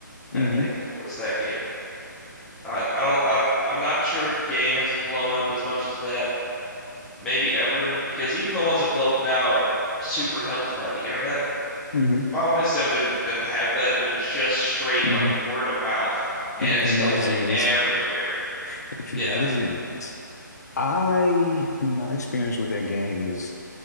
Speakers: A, on the left; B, in the centre.
A: <laughs>
B: I think was that game. I, I don't I, don't- I'm not sure a game has blown up as much as that maybe ever because even the ones that blow up now are super helped by the internet.
A: hmm
B: Final Fantasy VII didn't didn't have that. It was just straight
A: hmm
B: like word of mouth, and it
A: And
B: still
A: magazines.
B: went everywhere.
A: <laughs>
B: Yeah.
A: Magazines. I my experience with that game is